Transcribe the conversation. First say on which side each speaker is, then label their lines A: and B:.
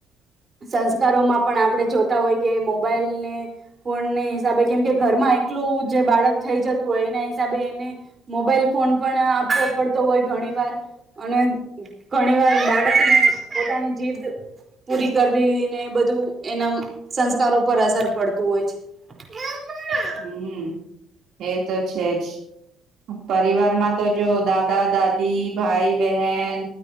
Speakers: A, on the right (about 30°); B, on the right (about 65°).
A: સંસ્કારોમાં પણ આપડે જોતા હોય કે મોબાઈલને ફોનને હિસાબે કેમ કે ઘરમાં એકલું જે બાળક થઈ જતું હોય એને હિસાબે એને મોબાઈલ ફોન પણ આપવો પડતો હોય ઘણી વાર અને ઘણી વાર બાળકને પોતાની જીદ પૂરી કરવીને બધું એના સંસ્કારો પર અસર પડતું હોય છે.
B: હમ. એ તો છે જ. પરિવારમાં તો જો દાદા-દાદી, ભાઈ-બહેન,